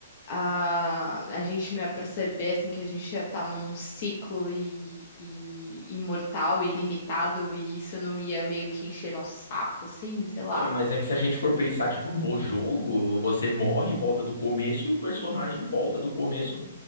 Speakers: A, on the left (about 45°); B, on the left (about 75°).
A: a, a gente não ia perceber assim que a gente ia estar num ciclo e, e imortal e limitado e isso não ia meio que encher nosso saco assim, sei lá.
B: Então, mas é que se a gente for pensar, tipo, no jogo, você morre e volta do começo e o personagem volta do começo,